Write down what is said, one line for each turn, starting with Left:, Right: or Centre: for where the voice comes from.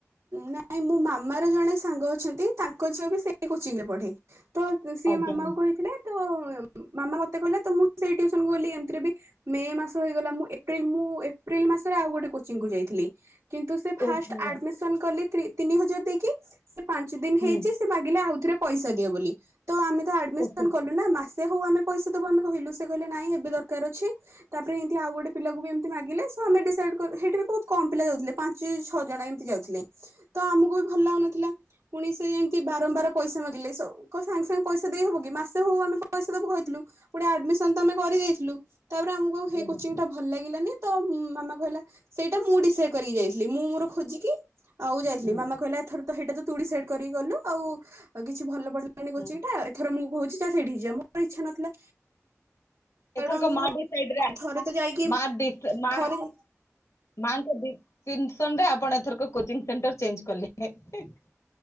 Right: ନାଇଁ ମୋ ମାମାର ଜଣେ ସାଙ୍ଗ ଅଛନ୍ତି ତାଙ୍କ ଝିଅ ବି ସେ କୋଚିଂରେ ପଢେ ତ ସିଏ
Left: ଆଜ୍ଞା
Right: ମାମାକୁ କହିଥିଲେ ତ ମାମା ମତେ କହିଲେ ତ ମୁଁ ସେଇ ଟିୟୁସନ କୁ ଗଲି। ଏମିତିରେ ବି ମେ ମାସ ହେଇଗଲା ମୁଁ ଏପ୍ରିଲ ମୁଁ ଏପ୍ରିଲ ମାସରେ ଆଉ ଗୋଟେ କୋଚିଙ୍ଗ କୁ ଯାଇଥିଲି କିନ୍ତୁ ସେ ଫାଷ୍ଟେ
Left: ଓହୋ
Right: ଆଡିମିଶନ ତିନି ହଜାର ଦେଇକି ସେ ପାଞ୍ଚ ଦିନ
Left: ହୁଁ
Right: ହେଇଛି ସେ ମାଗିଲେ ଆଉଥରେ ପଇସା ଦିଅ ବୋଲି ତ ଆମେ ତ ଆଡ୍‌ମିସନ
Left: ଓକେ
Right: କଲୁ ନା ମାସେ ହଉ ଆମେ ପଇସା ଦବୁ ଆମେ କହିଲୁ। ସେ କହିଲେ ନାଇଁ ଏବେ ଦରକାର ଅଛି ତାପରେ ଏମିତି ଆଉ ଗୋଟେ ପିଲାକୁ ବି ଏମିତୀ ମାଗିଲେ ତ ଆମେ ଡିଶାଇଟି କଲୁ ସେ ବହୁତ କମ୍ ଆମ ପିଲା ଯାଉଥିଲେ ପାଞ୍ଚ ଛଅ ଜଣ ଏମ୍ ଯାଉଥିଲେ ତ ଆମକୁ ବି ଭଲ ଲାଗୁନଥିଲା। ପୁଣି ସେ ଏମିତି ବାରମ୍ବାର ପଇସା ମାଗିଲେ ସାଙ୍ଗ ସାଙ୍ଗେ ସାଙ୍ଗେ ପଇସା ଦେଇ ହବ କି ମାସେ ହଉ ଆମେ ପଇସା ଦବୁ କହିଥିଲୁ ପୁଣି ଆଡମିସ ତ ଆମେ କରିଦେଇଥିଲୁ। ତାପରେ ଆମକୁ ସେଇ
Left: ଆଜ୍ଞା
Right: କୋଚିଙ୍ଗ ଟା ଭଲ ଲାଗିଲାନି ତ ଉଁ ମାମା କହିଲା ସେଇଟା ମୁଁ ଡିସାଇଟି କରିକି ଯାଇଥିଲି ମୁଁ ମୋର ଖ ଲି ଆଉ ଯାଇଥିଲି
Left: ହୁଁ
Right: ମାମା କହିଲା ଥରେ ତ ହେଇଟା ତୁ ଡିସାଇଟ୍ କରିକି ଗଲୁ। ଆଉ କିଛି ଭଲ <unintelligible>
Left: ହୁଁ
Right: ଏଥର ମୁଁ କହୁଚି ଚାଲ ସେଇଠିକି ଯିବା। ମୋର ଇଛା ନଥିଲା।
Left: ଏଥରକ
Right: କାରଣ ମୁଁ
Left: ମା ଡିସାଇଟ୍ ରେ ଆ
Right: ଥରେ ତ ଯାଇକି
Left: ମା ଡ଼ିସ ଟା
Right: ଥରେ
Left: ମାଙ୍କ ତିନସନରେ ଆପଣ ଏଥର କୋଚଂ ସେଣ୍ଟର ଚେଞ୍ଜ କଲେ।